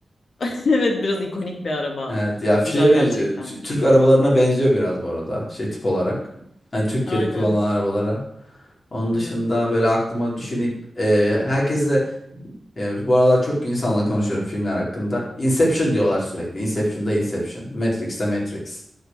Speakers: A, on the left; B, on the left.
A: <laughs> Evet biraz ikonik bir araba.
B: Evet ya şeye
A: Güzel
B: benziyor.
A: gerçekten.
B: Tü- Türk arabalarına benziyor biraz bu arada şey tip olarak. Hani Türkiye'de
A: Aynen.
B: kullanılan arabalara. Onun
A: Evet.
B: dışında böyle aklıma düşüneyim. Ee, herkese ya bu aralar çok insanla konuşuyorum filmler hakkında. Inception diyorlar sürekli. Inception'da Inception. Matrix'te Matrix.